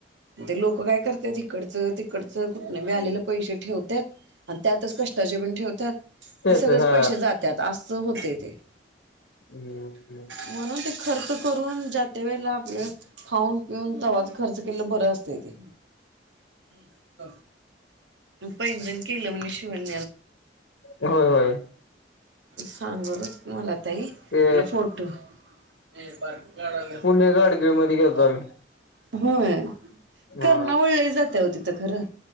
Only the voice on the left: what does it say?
तेच
हा
हम्म
<inaudible> होय होय.
ते
पुणे
गाडगीळ मध्ये गेलतो आम्ही
हा